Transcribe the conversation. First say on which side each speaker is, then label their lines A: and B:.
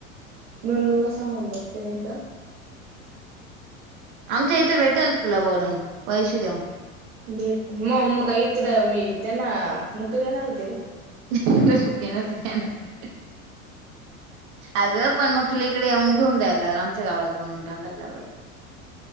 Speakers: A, on the right; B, on the right.
A: नन्नुला सांगून बघते नाहीतर
B: आमच्या इथे भेटेल तुला बनवुन पैसे देऊन
A: भेट मग मग का इकडं मी त्यांना मुक्के देणार होते का?
B: मुक्के नव्हती देणार. अगं पण मग तुला इकडे येऊन घेऊन जायला लागल आमच्या गावात बनवुन टाकायला लागत
A: <unintelligible>